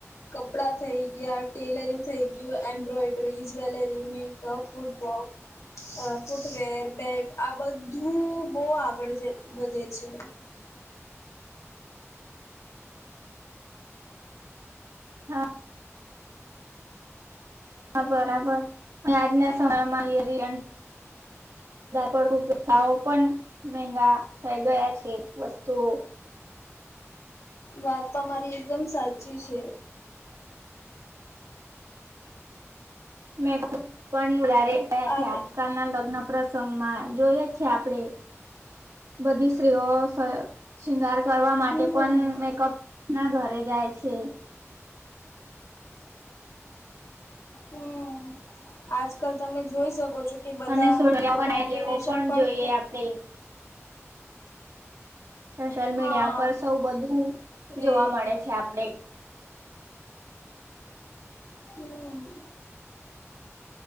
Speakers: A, on the left; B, on the right.
A: કપડાં થઈ ગયા, ટેલરિંગ થઈ ગયું, એમ્બ્રોઇડરી જ્વેલરી, મેકઅપ, ફૂટબોક્ અહ ફૂટવેર, બેગ આ બધું બહું આગળ જ વધે છે.
B: હા,
A: હમ
B: હા બરાબર. ને આજના <inaudible> વધારે પડતું ઉપયોગ <unintelligible> મહેંઘા થઈ ગયા છે વસ્તુઓ.
A: વાત તમારી એકદમ સાચી છે.
B: મેં <unintelligible> આજકાલ
A: આવે
B: ના લગ્ન પ્રસંગમાં જોઈએ છે આપડે, બધી સ્ત્રીઓ શ શૃંગાર કરવા માટે
A: હમ
B: પણ મેકઅપ ના ઘરે જાય છે.
A: હમ્મ. આજકાલ તમે જોઈ શકો છો એ બધા
B: અને સોડિયા બનાવી
A: કોમ્બિનેશન
B: લેવો
A: પણ
B: જોઈએ
A: ખૂ
B: આપડે સોશિયલ
A: હા
B: મીડિયા પર સૌ બધું જોવા
A: એ
B: મળે છે આપડે.
A: હમ્મ.